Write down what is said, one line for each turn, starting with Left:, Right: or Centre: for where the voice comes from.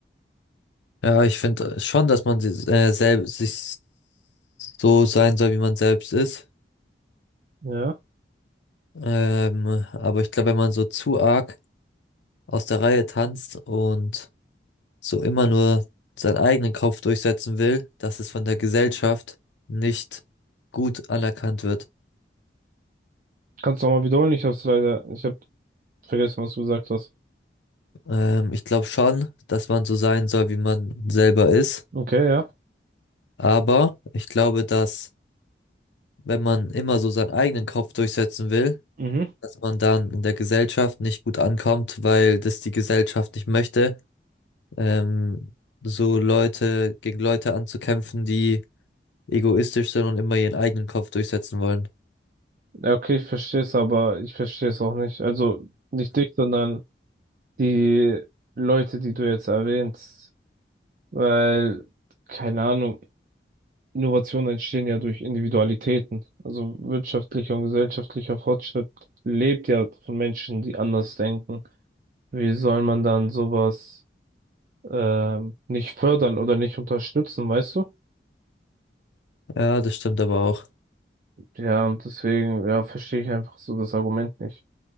Left: Ja, ich finde schon, dass man si- äh, selbst sich so sein soll, wie man selbst ist.
Right: Ja.
Left: Ähm, aber ich glaube, wenn man so zu arg aus der Reihe tanzt und so immer nur seinen eigenen Kopf durchsetzen will, dass es von der Gesellschaft nicht gut anerkannt wird.
Right: Kannst du nochmal wiederholen? Ich hab's leider, ich hab vergessen, was du gesagt hast.
Left: Ähm, ich glaube schon, dass man so sein soll, wie man selber ist.
Right: Okay, ja.
Left: Aber ich glaube, dass wenn man immer so seinen eigenen Kopf durchsetzen will,
Right: Mhm.
Left: dass man dann in der Gesellschaft nicht gut ankommt, weil das die Gesellschaft nicht möchte. Ähm, so Leute gegen Leute anzukämpfen, die egoistisch sind und immer ihren eigenen Kopf durchsetzen wollen.
Right: Ja, okay, ich verstehe es, aber ich verstehe es auch nicht. Also nicht dich, sondern die Leute, die du jetzt erwähnst. Weil, keine Ahnung, Innovationen entstehen ja durch Individualitäten. Also wirtschaftlicher und gesellschaftlicher Fortschritt lebt ja von Menschen, die anders denken. Wie soll man dann sowas ähm, nicht fördern oder nicht unterstützen, weißt du?
Left: Ja, das stimmt aber auch.
Right: Ja, und deswegen, ja, verstehe ich einfach so das Argument nicht,